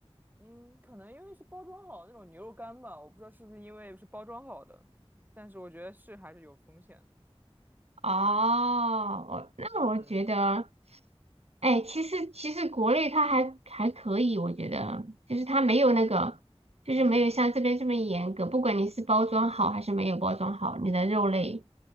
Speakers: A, on the right (about 15°); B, on the right (about 80°).
A: 嗯，可能因为是包装好的那种牛肉干吧，我不知道是不是因为是包装好的，但是我觉得是还是有风险的，
B: 哦，我那我觉得，
A: 嗯嗯
B: 哎，其实其实国内它还还可以，我觉得就是它没有那个，就是没有像这边这么严格，
A: 嗯。
B: 不管你是包装好还是没有包装好，你的肉类